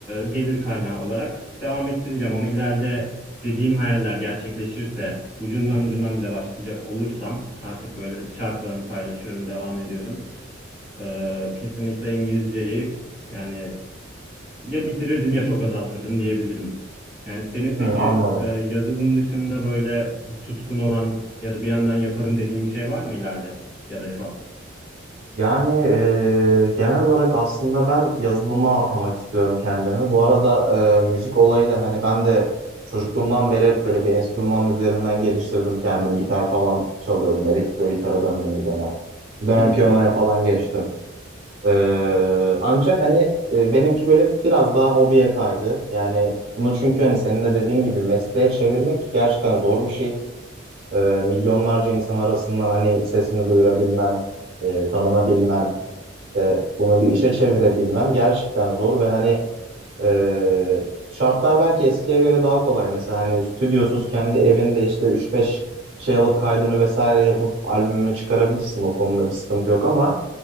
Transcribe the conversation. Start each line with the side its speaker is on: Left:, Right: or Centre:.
Left: gelir kaynağı olarak devam ettireceğim ama ileride dediğim hayaller gerçekleşirse, ucundan ucundan bile başlayacak olursam artık böyle şarkılarımı paylaşıyorum, devam ediyorum. Ee, kesinlikle İngilizceyi yani ya bitirirdim ya çok azaltırdım diyebilirim. Yani senin peki
Right: Hı, anladım.
Left: e, yazılım dışında böyle bir tutkun olan ya da bir yandan yaparım dediğin bir şey var mı ileride ya da şu an?
Right: Yani e, genel olarak aslında ben yazılıma atamak istiyorum kendimi. Bu arada e, müzik olayıyla hani ben de çocukluğumdan beri hep böyle bir enstrümanın üzerinden geliştirdim kendim. Gitar falan çalıyordum. Elektro gitara döndüm bir dönem. Bir dönem
Left: Hmm.
Right: piyanoya falan geçtim. E, ancak hani e, benimki böyle biraz daha hobiye kaydı. Yani bunu çünkü hani senin de dediğin gibi mesleğe çevirmek gerçekten zor bir şey. E, milyonlarca insan arasından hani sesini duyurabilmen, e, tanınabilmen. İşte bunu bir işe çevirebilmem gerçekten zor ve hani e, şartlar belki eskiye göre daha kolay. Mesela hani stüdyosuz kendi evinde işte üç beş şey alıp kaydını vesaire yapıp albümünü çıkarabilirsin. O konuda bir sıkıntı yok ama